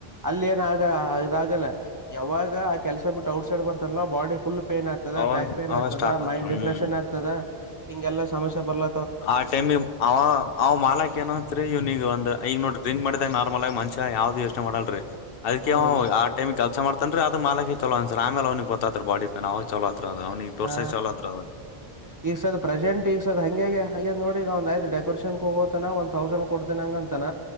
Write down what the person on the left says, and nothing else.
ಅವಾಗ
ಅವಾಗ
ಸ್ಟಾರ್ಟ್
ಆತ್ರಿ
ಹ್ಮ್
ಆ ಟೈಮಿ ಅವ ಅವ ಮಾಲಾಕ್ ಏನನ್ತ ಇವ್ ನೀಗ ಒಂದ್ ಈಗ ನೋಡ ಕ್ ಮಾಡಿದಾಗ ನಾರ್ಮಲ್ ಆಗಿ ಮಂಚ ಸಾ ಯಾದದು ಯೋನೆ ಮಾಡಲ್ ರಿ ಅದಕ್ಕೆ
ಆಟೈಮಿಗೆ ಕೆಲ್ಸ ಮಾಡತನ್ ಅದ ಮಾಲಕಿ ಚಲೋ ಅನ್ಸರ್ ಆಮೇಲೆ ಅವನಿಗೆ ಗೊತ್ತತತ್ ಬಡಿ ಪನ್ ಅವ ಚಲೋ ಆತ್ರಿ ಅದು ಅವ್ನಿಗೆ ತೋರ್ಸಕ್
ಚಲೋ ಆತ್ರಿ ಅದು